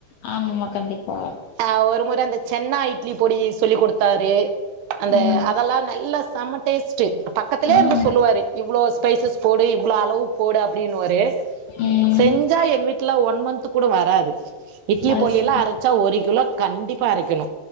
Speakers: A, on the left (about 75°); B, on the right (about 80°).
A: ஆம்மா கண்டிப்பா
B: அ ஒரு முறை அந்த சென்னா இட்லி பொடி சொல்லிக் கொடுத்தாரு அந்த
A: ம்
B: அதெல்லாம் நல்லா செம்ம டேஸ்ட் பக்கத்திலேயே
A: ம்
B: இருந்து சொல்லுவாரு இவ்ளோ ஸ்பைசஸ் போடு இவ்ளோ அளவு போடு அப்டின்னுவாரு
A: ம்
B: செஞ்சா என் வீட் ல்ல ஒன் மந்த் கூட வராது இட்லி
A: அது
B: பொடியெல்லா
A: சரி
B: அரைச்சா ஒரு கிலோ கண்டிப்பா அரைக்கணோ